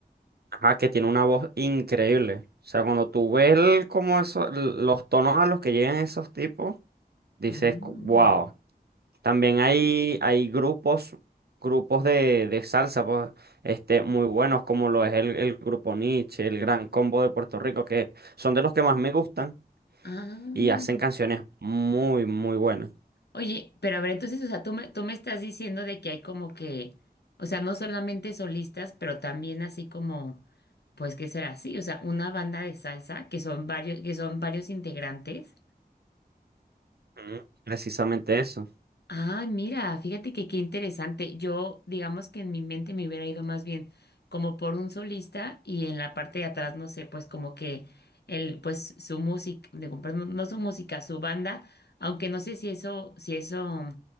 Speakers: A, on the right (about 75°); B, on the left (about 85°).
A: Ajá, que tiene una voz increíble. O sea, cuando tú ves el- cómo eso, l- los tonos a los que llegan esos tipos, dices,
B: Ah,
A: wow. También hay, hay grupos, grupos de, de salsa, pues, este, muy buenos, como lo es el, el grupo Nietzsche, el Gran Combo de Puerto Rico, que son de los que más me gustan.
B: ah.
A: y hacen canciones muy, muy buenas.
B: Oye, pero a ver, entonces, o sea, tú me, tú me estás diciendo de que hay como que, o sea, no solamente solistas, pero también así como, pues, ¿qué será así? O sea, una banda de salsa que son varios, que son varios integrantes.
A: Ujú. Precisamente eso.
B: Ah, mira, fíjate que qué interesante. Yo, digamos que en mi mente me hubiera ido más bien como por un solista y en la parte de atrás, no sé, pues como que el, pues su música, digo, perdón, no no su música, su banda, aunque no sé si eso, si eso,